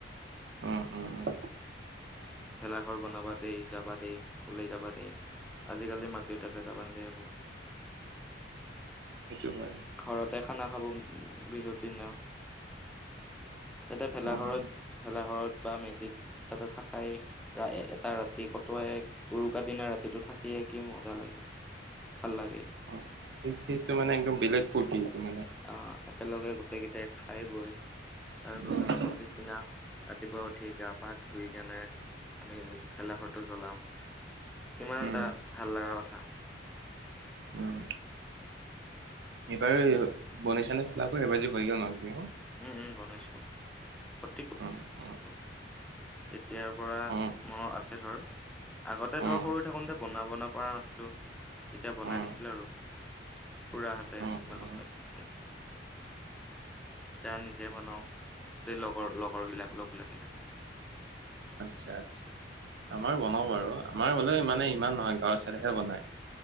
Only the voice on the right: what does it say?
উম উম উম।
সেইটো হয়।
অ',
অ', সেই সেইটো মানে একদম বেলেগ ফুৰ্তি এইটো মানে।
উম,
উম,
উম। এইবাৰ বনাইছা নে ভেলাঘৰ এইবাৰ যে হৈ গ'ল মাঘ বিহু?
উম উম
উম
উম
উম
উম
উম
আচ্ছা আচ্ছা। আমাৰ বনাওঁ বাৰু আমাৰ হোলেও মানে ইমান নহয় গাঁৱৰ ছাইডহে বনায়।